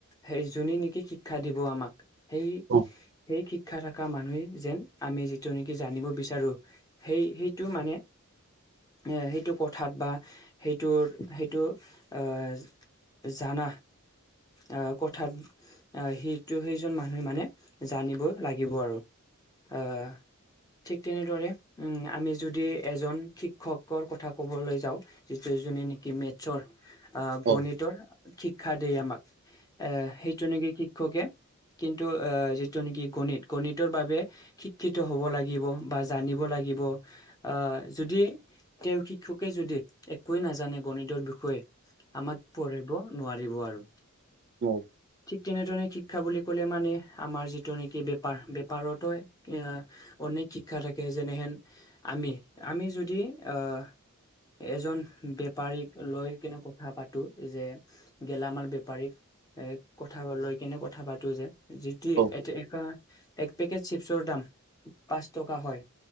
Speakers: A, on the left; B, on the right.
A: সেই যোনে নেকি শিক্ষা দিব আমাক সেই
B: অ',
A: সেই শিক্ষা থকা মানুহে যেন, আমি যিটো নেকি জানিব বিচাৰো। সেই সেইটো মানে। এ, সেইটো কথাত বা সেইটোৰ সেইটো আহ জানা আহ কথাত আহ সেইটো সেইজন মানুহে মানে জানিব লাগিব আৰু আহ ঠিক তেনেদৰে আমি যদি এজন শিক্ষকৰ কথা ক'বলৈ যাওঁ। যিটো যোননে নেকি মেটছৰ আহ
B: অ',
A: গণিতৰ শিক্ষা দিয়ে আমাক, এ সেইটো নেকি শিক্ষকে কিন্তু, আহ যিটো নেকি গণিত গণিতৰ বাবে শিক্ষিত হ'ব লাগিব বা জানিব লাগিব। আহ যদি তেওঁ শিক্ষকে যদি একোৱে নাজানে গণিতৰ বিষয়ে। আমাক পঢ়িব নোৱাৰিব আৰু।
B: নোৱাৰে।
A: ঠিক তেনেদৰে শিক্ষা বুলি ক'লে মানে আমাৰ যি। যিটো নেকি বেপাৰ বেপাৰতো এ অনেক শিক্ষা থাকে যেনেহেন। আমি আমি যদি আহ। এজন বেপাৰীক লৈ কেনে কথা পাতো যে গেলামাল বেপাৰীক এ কথা লৈ কেনে কথা পাতো যে যি
B: অ',
A: এ, এ এক পেকেট চিপছৰ দাম পাঁচ টকা হয়